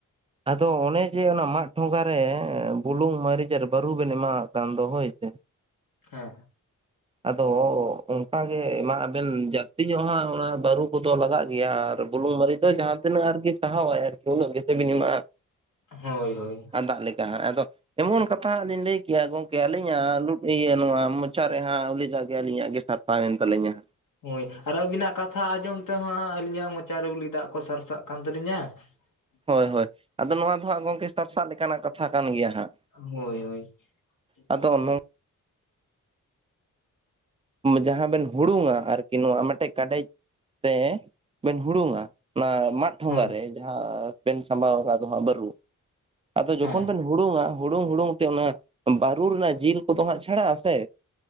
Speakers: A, on the right; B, on the left.
A: ᱟᱫᱚ ᱚᱱᱮ ᱡᱮ ᱚᱱᱟ ᱢᱟᱫ ᱴᱷᱚᱸᱜᱟ ᱨᱮ ᱵᱩᱞᱩᱝ, ᱢᱟᱹᱨᱤᱪ ᱟᱨ ᱵᱟᱹᱨᱩ ᱵᱮᱱ ᱮᱢᱟᱣᱟᱜ ᱠᱟᱱ ᱫᱚ ᱦᱳᱸᱭ ᱥᱮ᱾ <inaudible>
B: ᱦᱮᱸ᱾
A: <inaudible> ᱟᱫᱚ ᱚᱱᱠᱟᱜᱮ ᱢᱟ ᱟᱵᱮᱱ ᱡᱟᱹᱥᱛᱤ ᱧᱚᱜ ᱦᱟᱸᱜ ᱚᱱᱟ ᱵᱟᱹᱨᱩ ᱠᱚᱫᱚ ᱞᱟᱜᱟᱸᱜ ᱜᱮᱭᱟ ᱟᱨ ᱵᱩᱞᱩᱝ ᱢᱟᱹᱨᱤᱪ ᱫᱚ ᱡᱟᱦᱟ ᱛᱤᱱᱟ ᱟᱨᱠᱤ ᱥᱟᱦᱚᱟᱭ ᱟᱨᱠᱤ ᱩᱱᱟᱹᱜ ᱜᱮ ᱥᱮᱵᱤᱱ ᱮᱢᱟᱜ-ᱟ᱾
B: ᱦᱳᱸᱭ ᱦᱳᱸᱭ᱾
A: ᱫᱟᱜ ᱞᱮᱠᱟ ᱦᱟᱸᱜ᱾ ᱟᱫᱚ ᱮᱢᱚᱱ ᱠᱟᱛᱷᱟ ᱦᱟᱸᱜ ᱞᱤᱧ ᱞᱟᱹᱭ ᱠᱮᱭᱟ ᱜᱚᱝᱠᱮ ᱟᱹᱞᱤᱧᱟ ᱞᱩᱴ ᱤᱭᱟᱹ ᱱᱚᱣᱟ ᱟᱪᱟᱨ ᱨᱮ ᱦᱟᱸᱜ ᱩᱞᱤᱫᱟᱜ ᱜᱮ ᱟᱹᱞᱤᱧᱟᱜ ᱜᱮ ᱥᱟᱨᱯᱟᱣ ᱮᱱ ᱛᱟᱞᱤᱧᱟ ᱦᱟᱸᱜ ᱾
B: ᱦᱮᱸ ᱟᱨ ᱟᱹᱵᱤᱱᱟᱜ ᱠᱟᱛᱷᱟ ᱟᱸᱡᱚᱢ ᱛᱮ ᱦᱚᱸ ᱟᱹᱞᱤᱧᱟᱜ ᱢᱚᱪᱟ ᱨᱮ ᱩᱞᱤ ᱫᱟᱜ ᱠᱚ ᱥᱟᱨᱥᱟᱜ ᱠᱟᱱ ᱛᱟᱹᱟᱞᱤᱧᱟ <unintelligible>
A: ᱦᱳᱸᱭ ᱦᱳᱸᱭ ᱟᱫᱚ ᱱᱚᱣᱟ ᱫᱚ ᱦᱟᱸᱜ ᱜᱚᱢᱠᱮ ᱥᱟᱨᱥᱟᱜ ᱞᱮᱠᱟᱱᱟᱜ ᱠᱟᱛᱷᱟ ᱠᱟᱱ ᱜᱮᱭᱟ ᱦᱟᱸᱜ,
B: ᱦᱳᱸᱭ ᱦᱳᱸᱭ, <unintelligible>
A: ᱟᱫᱚ ᱱᱚ ᱡᱟᱦᱟᱸ ᱵᱮᱱ ᱦᱩᱲᱩᱝᱟ ᱟᱨᱠᱤ ᱱᱚᱣᱟ ᱢᱤᱫᱴᱮᱡ ᱠᱟᱰᱮᱡ ᱛᱮ ᱵᱮᱱ ᱦᱩᱲᱩᱝᱟ, ᱚᱱᱟ ᱢᱟᱜ ᱴᱷᱚᱸᱜᱟ
B: ᱦᱳᱭ
A: ᱨᱮ ᱡᱟᱦᱟ ᱵᱮᱱ ᱥᱟᱵᱟᱣ ᱸᱟ ᱦᱟ ᱵᱟᱹᱨᱩ, ᱟᱫᱚ ᱡᱚᱠᱷᱚᱱ
B: ᱦᱮᱸ
A: ᱵᱮᱱ ᱦᱩᱲᱩᱝᱟ ᱦᱩᱲᱩᱝ ᱦᱩᱲᱩᱝ ᱛᱮ ᱚᱱᱟ ᱵᱟᱹᱨᱩ ᱨᱮᱱᱟᱜ ᱡᱤᱞ ᱠᱚ ᱫᱚ ᱦᱟᱸᱜ ᱪᱷᱟᱲᱟᱜ ᱟᱥᱮ?